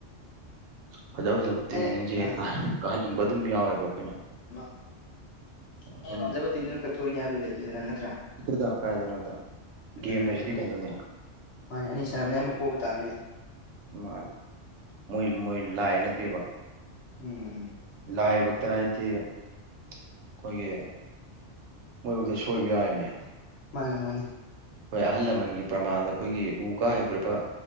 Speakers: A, on the right; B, on the left.
A: ꯐꯖ ꯐꯖꯕ ꯇꯤꯝꯁꯤꯡꯁꯦ
B: ꯑꯩꯅ
A: ꯍꯦꯛ
B: ꯑꯥ
A: ꯀꯥꯍꯟꯅꯤꯡꯕ ꯑꯗꯨꯝ ꯌꯥꯎꯋꯦꯕ ꯑꯩꯈꯣꯏꯅ
B: ꯑꯩꯩꯅ
A: ꯑꯗꯨꯝ
B: ꯄꯥꯝꯖꯕ ꯇꯤꯝꯗꯨꯅ ꯀꯛꯊꯣꯛꯏꯅꯤ ꯍꯥꯏꯕꯁꯨ ꯂꯩꯇꯦꯗꯅ ꯅꯠꯇ꯭ꯔꯥ
A: ꯗ ꯀ ꯑꯗꯨꯅ ꯒꯝ
B: ꯎꯝ
A: ꯍꯨꯁꯤꯗꯤ ꯀꯩꯅꯣꯅꯤ
B: ꯃꯥꯅꯦ ꯑꯅꯤ ꯁꯅꯕꯅꯤ ꯑꯃ ꯄ ꯑꯣꯏꯕ ꯇꯥꯕꯅꯦ
A: ꯃꯣꯏ ꯃꯣꯏ ꯃꯣꯏ ꯂꯥꯏ ꯅꯠꯇꯦꯕ
B: ꯎꯝ
A: ꯂꯥꯏꯕꯛꯇ ꯍꯥꯏꯗꯤ ꯑꯩꯈꯣꯏꯒꯤ ꯃꯣꯏꯕꯨꯥꯎꯗ ꯁꯣꯏꯕ ꯌꯥꯏ ꯃ
B: ꯃꯥꯅꯦ ꯃꯥꯅꯦ
A: ꯍꯣꯏ ꯑꯍꯜ ꯂꯃꯟꯒꯤ ꯄ꯭ꯔꯃꯥꯟꯗ ꯑꯩꯈꯣꯏꯒꯤ ꯎ ꯀꯥ ꯍꯩꯈ꯭ꯔꯕ